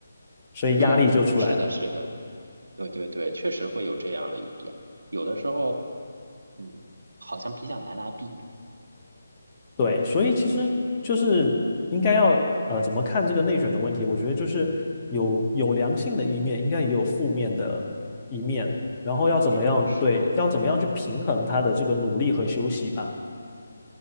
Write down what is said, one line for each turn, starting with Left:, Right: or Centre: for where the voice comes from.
Left: 所以压力就出来了。
Right: 嗯，是的，是的，对对对，确实会有这样的一点，有的时候，嗯，好像比较难来避免
Left: 对，所以其实就是应该要呃怎么看这个内卷的问题？我觉得就是有有良性的一面，应该也有负面的一面，然后要怎么样对，
Right: 一面，是的，
Left: 要怎么样去平衡他的这个努力和休息吧。